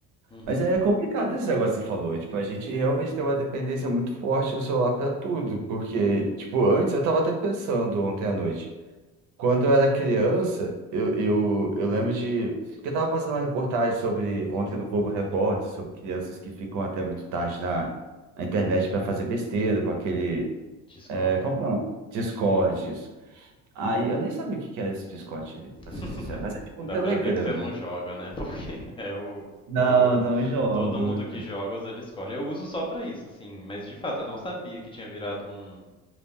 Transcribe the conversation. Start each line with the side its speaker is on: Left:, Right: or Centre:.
Left: Uhum.
Right: Mas é complicado esse negócio que você falou. Tipo, a gente realmente tem uma dependência muito forte do celular pra tudo. Porque, tipo, antes eu tava até pensando ontem à noite. Quando eu era criança, eu, eu, eu lembro de. Porque eu tava passando uma reportagem sobre, ontem no Globo Repórter, sobre crianças que ficam até muito tarde na, na internet para fazer besteira com aquele.
Left: Discórdia.
Right: É, como que é? o nome? Discords. Aí eu nem sabia o que que era esse Discord,
Left: <laughs>
Right: pra ser sincero, mas é tipo
Left: Dá
Right: um Telegram,
Left: pra ver que você
Right: né?
Left: não joga, né? Porque <laughs> é o,
Right: Não,
Left: é o.
Right: não jogo.
Left: Todo mundo que joga usa Discord. Eu uso só pra isso, assim. Mas de fato, eu não sabia que tinha virado um,